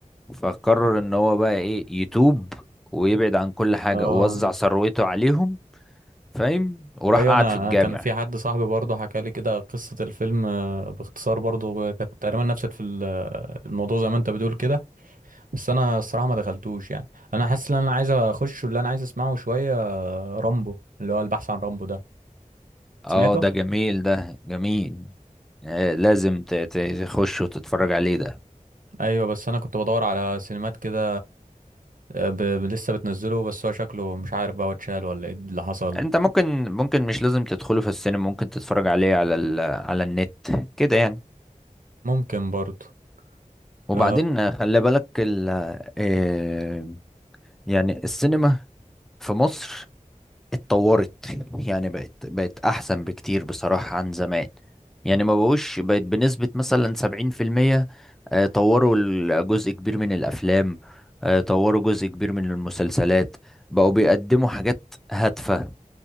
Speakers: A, in the centre; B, on the right (about 80°).
A: فقرر إن هو بقى إيه يتوب ويبعد عن كل حاجة
B: اه
A: ووزع ثروته عليهم فاهم وراح
B: ايوه
A: قعد
B: انا
A: في الجامع
B: كان يعني في حد صاحبي برضه حكى لي كده قصه الفيلم آه، باختصار برضه كانت تقريبا نفس الف- الموضوع زي ما انت بتقول كده بس انا الصراحه ما دخلتوش يعني انا حاسس ان انا عايز اخش واللي انا عايز اسمعه شويه رامبو اللي هو البحث عن رامبو ده
A: اه
B: سمعته
A: ده جميل ده جميل آه، لازم ت- ت- تخش وتتفرج عليه ده
B: ايوه بس انا كنت بدور على سينمات كده آه، ب... ب- لسه بتنزله بس هو شكله مش عارف بقى هو اتشال ولا ايه اللي حصل
A: انت ممكن ممكن مش لازم تدخله في السينما ممكن تتفرج عليه على ال على النت كده يعني
B: ممكن برضه
A: وبعدين
B: أه...
A: خلي بالك ال آه، يعني السينما في مصر اتطورت يعني بقت بقت احسن بكتير بصراحة عن زمان يعني ما بقوش بقت بنسبة مثلا سبعين في المية آه، طوروا ال- جزء كبير من الافلام آه، طوروا جزء كبير من المسلسلات بقوا بيقدموا حاجات هادفة